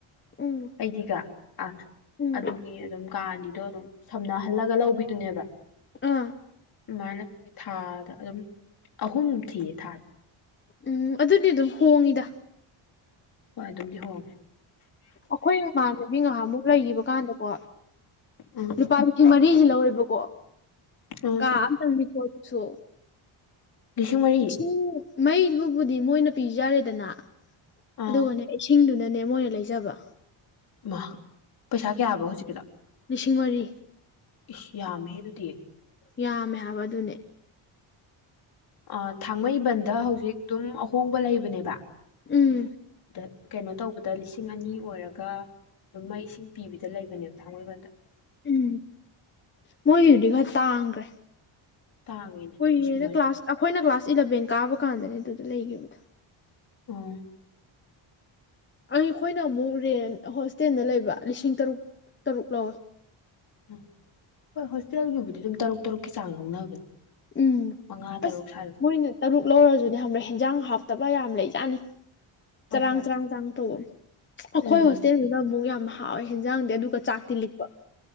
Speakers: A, on the left; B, on the left.
A: ꯎꯝ
B: ꯑꯩꯒꯤ ꯒꯥ ꯑꯥ
A: ꯎꯝ
B: ꯑꯗꯨꯗꯤ ꯑꯗꯨꯝ ꯀꯥꯅꯤ ꯗꯣ ꯑꯗꯨꯝ ꯁꯝꯅꯍꯜꯂꯒ ꯂꯧꯕꯤꯗꯨꯅꯦꯕ
A: ꯑꯥ
B: ꯑꯗꯨꯃꯥꯏꯅ ꯊꯥꯗ ꯑꯗꯨꯝ ꯑꯍꯨꯝ ꯊꯤꯌꯦ ꯊꯥꯗ
A: ꯎꯝ ꯑꯗꯨꯗꯤ ꯑꯗꯨꯝ ꯍꯣꯡꯉꯤꯗ
B: ꯍꯣꯏ ꯑꯗꯨꯝꯗꯤ ꯍꯣꯡꯉꯦ
A: ꯑꯩꯈꯣꯏ ꯏꯃꯥꯟꯅꯕꯤ ꯉꯥꯏꯍꯥꯛꯃꯨꯛ ꯂꯩꯒꯤꯕ ꯀꯥꯟꯗꯀꯣ
B: ꯎꯝ
A: ꯂꯨꯄꯥ ꯂꯤꯁꯤꯡ ꯃꯔꯤꯖꯦ ꯂꯧꯋꯦꯕ ꯀꯣ
B: ꯎꯝ
A: ꯀꯥ ꯑꯝꯇꯪꯅꯤꯀꯣ ꯑꯗꯨꯁꯨ
B: ꯂꯤꯁꯤꯡ ꯃꯔꯤ
A: ꯂꯤꯁꯤꯡ ꯃꯩꯕꯨꯕꯨꯗꯤ ꯃꯣꯏꯅ ꯄꯤꯖꯔꯦꯗꯅ
B: ꯑꯥ
A: ꯑꯗꯨꯒꯅꯦ ꯏꯁꯤꯡꯗꯨꯅ ꯅꯦ ꯃꯣꯏꯅ ꯂꯩꯖꯕ
B: ꯃꯥ ꯄꯩꯁꯥ ꯀꯌꯥꯕ ꯍꯧꯖꯤꯛꯀꯤꯗ
A: ꯂꯤꯁꯤꯡ ꯃꯔꯤ
B: ꯏꯁ ꯌꯥꯝꯃꯦꯍꯦ ꯑꯗꯨꯗꯤ
A: ꯌꯥꯝꯃꯦ ꯍꯥꯏꯕ ꯑꯗꯨꯅꯦ
B: ꯑ ꯊꯥꯡꯃꯩꯕꯟꯗ ꯍꯧꯖꯤꯛ ꯑꯗꯨꯝ ꯑꯍꯣꯡꯕ ꯂꯩꯕꯅꯦꯕ
A: ꯎꯝ
B: ꯇꯠ ꯀꯩꯅꯣ ꯇꯧꯕꯗ ꯂꯤꯁꯤꯡ ꯑꯅꯤ ꯑꯣꯏꯔꯒ ꯑꯗꯨꯝ ꯃꯩ ꯏꯁꯤꯡ ꯄꯤꯕꯤꯗ ꯂꯩꯕꯅꯦꯕ ꯊꯥꯡꯃꯩꯕꯟꯗ
A: ꯎꯝ ꯃꯣꯏꯗꯨꯗꯤ ꯈꯔ ꯇꯥꯡꯒ꯭ꯔꯦ
B: ꯇꯥꯡꯉꯤꯅꯦ
A: ꯀꯨꯏꯔꯦꯗ
B: ꯂꯤꯁꯤꯡ ꯃꯔꯤꯗꯨꯗꯤ
A: ꯀ꯭ꯂꯥꯁ ꯑꯩꯈꯣꯏꯅ ꯀ꯭ꯂꯥꯁ ꯏꯂꯚꯦꯟ ꯀꯥꯕ ꯀꯥꯟꯗꯅꯦ ꯑꯗꯨꯗ ꯂꯩꯒꯤꯕꯗꯣ
B: ꯑ
A: ꯑꯩꯈꯣꯏꯅ ꯑꯃꯨꯛ ꯔꯦꯟ ꯍꯣꯁꯇꯦꯜꯗ ꯂꯩꯕ ꯂꯤꯁꯤꯡ ꯇꯔꯨꯛ ꯇꯔꯨꯛ ꯂꯧꯋꯦ
B: ꯎꯝ ꯍꯣꯏ ꯍꯣꯁꯇꯦꯜꯒꯤꯕꯨꯗꯤ ꯑꯗꯨꯝ ꯇꯔꯨꯛ ꯇꯔꯨꯛꯀꯤ ꯆꯥꯡ ꯂꯧꯅꯕꯅꯦ
A: ꯎꯝ
B: ꯃꯉꯥ ꯇꯔꯨꯛ
A: ꯑꯁ
B: ꯁ꯭ꯋꯥꯏꯗ ꯑꯗꯨꯝ
A: ꯃꯣꯏꯅ ꯇꯔꯨꯛ ꯂꯧꯔꯖꯨꯅꯦ ꯈꯪꯕ꯭ꯔꯥ ꯍꯦꯟꯖꯥꯡ ꯍꯥꯎ ꯇꯕꯛ ꯌꯥꯝ ꯂꯩꯖꯥꯠꯅꯤ
B: ꯍꯣꯏ
A: ꯆꯔꯥꯡ
B: ꯍꯣꯏ
A: ꯆꯔꯥꯡ ꯆꯥꯡ ꯇꯧ ꯑꯩꯈꯣꯏ
B: ꯎꯝ
A: ꯍꯣꯁꯇꯦꯜꯗꯨꯗ ꯑꯃꯨꯛ ꯌꯥꯝ ꯍꯥꯎꯋꯦ ꯍꯦꯟꯖꯥꯡꯗꯤ ꯑꯗꯨꯒ ꯆꯥꯛꯇꯤ ꯂꯤꯛꯄ